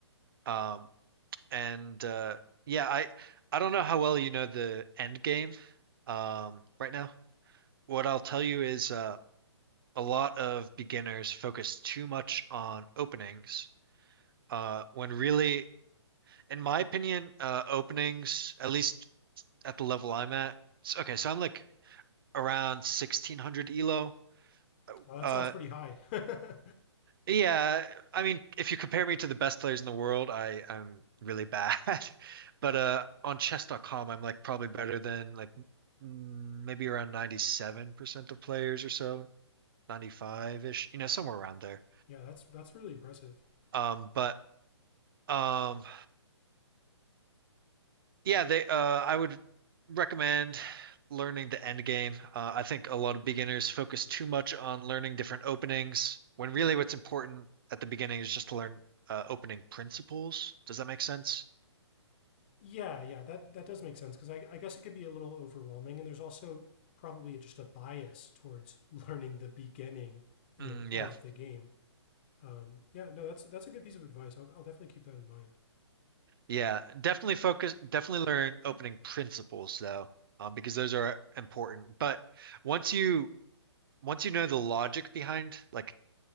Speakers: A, on the right; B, on the left.
A: Um, and uh, yeah, I I don't know how well you know the end game um, right now. What I'll tell you is uh, a lot of beginners focus too much on openings uh, when really in my opinion, uh, openings, at least at the level I'm at. So, okay, so I'm like around 1600 elo.
B: Uh, that
A: Uh,
B: sounds pretty high. <laughs>
A: yeah, I mean, if you compare me to the best players in the world, I I'm really bad. <laughs> But uh, on chess.com, I'm like probably better than like mm, maybe around 97% of players or so, 95-ish, you know, somewhere around there.
B: Yeah, that's that's really impressive.
A: Um, but um, Yeah, they uh I would recommend learning the end game. Uh, I think a lot of beginners focus too much on learning different openings when really what's important at the beginning is just to learn uh, opening principles. Does that make sense?
B: Yeah, yeah, that that does make sense because I, I guess it could be a little overwhelming, and there's also probably just a bias towards <laughs> learning the beginning, you
A: Mm,
B: know, of
A: yeah.
B: the game. Um, yeah, no, that's that's a good piece of advice. I'll, I'll definitely keep that in mind.
A: Yeah, definitely focus, definitely learn opening principles though, um, because those are important. But once you once you know the logic behind like